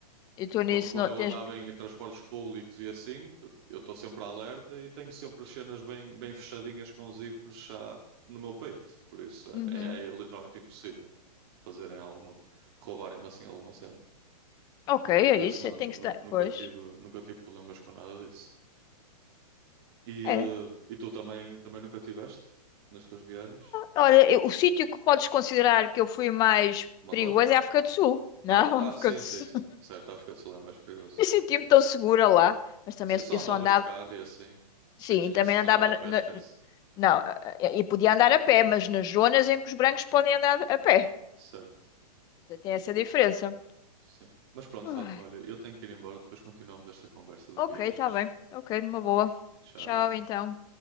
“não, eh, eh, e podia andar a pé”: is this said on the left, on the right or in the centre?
Left